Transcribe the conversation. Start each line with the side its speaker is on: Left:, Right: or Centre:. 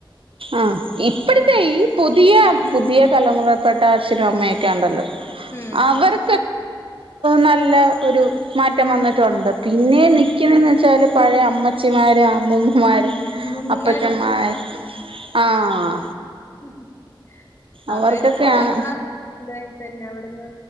Right: ആഹ് ഇപ്പോഴത്തെ
Left: എല്ലാവർക്കും
Right: ഈ പുതിയ പുതിയ തലമുറപ്പെട്ട അച്ഛനും അമ്മയൊക്കെ ഉണ്ടല്ലോ
Left: ഉം.
Right: അവര്
Left: <inaudible>
Right: നല്ല ഒരു മാറ്റം വന്നിട്ടോണ്ട്, പിന്നെ നിക്കുന്നെന്ന് വെച്ചാല് പഴെ അമ്മ ച്ചിമാര് അമ്മൂമ്മമാര്
Left: അമ്മൂമ്മമാര്
Right: അപ്പച്ചന്മാര് ആഹ്
Left: <unintelligible>
Right: അവർക്കൊക്കെയാണ്
Left: അവര് ഇപ്പളും <unintelligible> തന്നെ അവിടുന്ന്